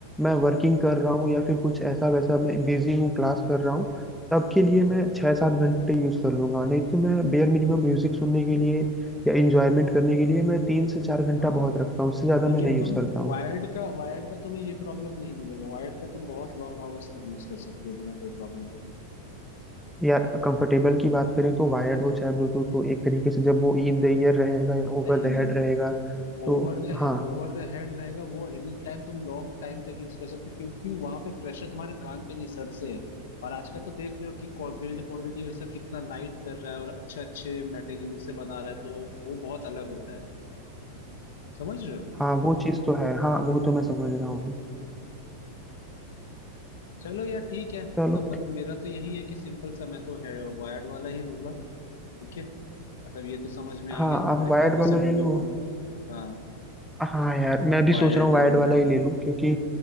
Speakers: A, in the centre; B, on the left.
A: मैं वर्किंग कर रहा हूँ या फिर कुछ ऐसा वैसा मैं बिजी हूँ क्लास कर रहा हूँ तब के लिए मैं छः सात घंटे यूज कर लूंगा नहीं तो मैं बेयर मिनिमम म्यूजिक सुनने के लिए या इंजॉयमेंट करने के लिए मैं तीन से चार घंटा
B: हाँ
A: बहुत रखता हूँ उससे ज्यादा
B: लेकिन
A: मैं नहीं यूज
B: तुम
A: करता हूँ
B: वायर्ड का वायर्ड का तुम्हें ये प्रॉब्लम नहीं मिलेगा वायर्ड का तुम बहुत लॉन्ग आवर्स तक यूज कर सकते हो बिना कोई प्रॉब्लम के
A: यार कंफर्टेबल की बात करें तो वायर्ड हो चाहे ब्लूटूथ हो एक तरीके से जब वो इन द ईयर रहेगा या ओवर
B: नहीं
A: द
B: नहीं
A: हेड
B: नहीं
A: रहेगा तो
B: ओवर द
A: हाँ
B: ओवर द हेड रहेगा वो एनी टाइम तुम लॉन्ग टाइम तक यूज कर सकते हो क्योंकि वहां पे प्रेशर तुम्हारे कान पे नहीं सर से है और आज का तो देख रहे हो कि बिल्ड क्वालिटी और सब कितना लाइट कर रहा है और अच्छे अच्छे मटेरियल से बना रहा है तो वो बहुत अलग होता है समझ रहे हो
A: हाँ वो चीज़ तो है हाँ वो तो मैं समझ रहा हूँ
B: चलो यार ठीक है तो
A: चलो
B: मत, मेरा तो यही है कि सिंपल सा मैं तो है वायर्ड वाला ही लूंगा ठीक है मतलब ये तो समझ में आ
A: हाँ
B: गया तुम्हारी
A: आप वायर्ड
B: बातों
A: वाला
B: से भी
A: ले
B: मैं
A: लो
B: खुद हाँ
A: हाँ यार मैं भी
B: वायर्ड
A: सोच रहा हूँ
B: ही
A: वायर्ड
B: लेना
A: वाला
B: है
A: ही ले लूँ क्योंकि